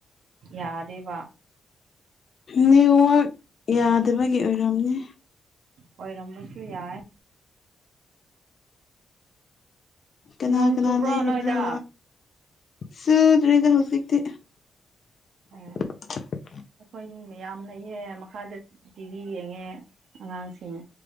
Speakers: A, on the right (about 75°); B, on the left (about 45°).
A: ꯌꯥꯗꯦꯕ꯫
B: ꯅꯦꯋꯥꯛ ꯌꯥꯗꯕꯒꯤ ꯑꯣꯏꯔꯝꯅꯤ꯫
A: ꯑꯣꯏꯔꯝꯕꯁꯨ ꯌꯥꯏ꯫
B: ꯀꯅꯥ
A: ꯅꯣꯡ
B: ꯀꯅꯥ
A: ꯆꯨꯕ꯭ꯔꯣ
B: ꯂꯩꯔꯤꯕ꯭ꯔꯣ꯫
A: ꯅꯣꯏꯗ
B: ꯁꯨꯗ꯭ꯔꯤꯗ ꯍꯧꯖꯤꯛꯇꯤ꯫ <inaudible>
A: ꯑꯦ ꯑꯩꯈꯣꯏ ꯃꯤ ꯃꯌꯥꯝ ꯂꯩꯌꯦ ꯃꯈꯥꯗ ꯇꯤꯚꯤ ꯌꯦꯡꯉꯦ ꯑꯉꯥꯡꯁꯤꯡ